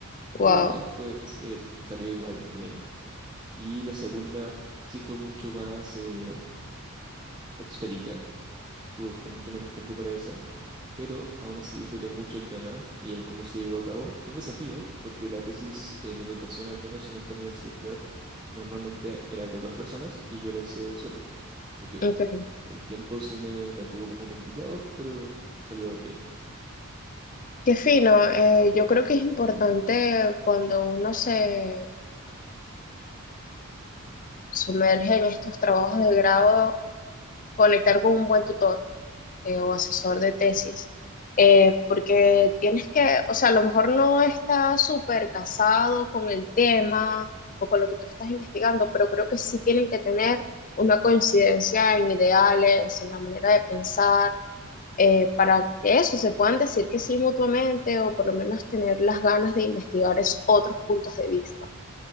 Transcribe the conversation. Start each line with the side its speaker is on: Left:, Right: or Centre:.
Right: pero
Left: wow.
Right: ya después eh, salió igual bien. Y la segunda f- sí fue mucho más eh, expedita, tuvo mucho menos tiempo para esa pero aún así disfruté mucho el tema y el cómo se llevó a cabo. Fue un desafío, porque la tesis en educación, al menos en esta universidad, normalmente era de dos personas y yo la hice solo. Así que
Left: ok.
Right: el tiempo sí me, me tuvo como complicado, pero salió bien.
Left: Qué fino. eh, yo creo que es importante cuando uno se sumerge en estos trabajos de grado conectar con un buen tutor. eh, o asesor de tesis, eh, porque tienes que, o sea, a lo mejor no está súper casado con el tema o con lo que tú estás investigando, pero creo que sí tienen que tener una coincidencia en ideales, en la manera de pensar, eh, para que eso se puedan decir que sí mutuamente o por lo menos tener las ganas de investigar esos otros puntos de vista.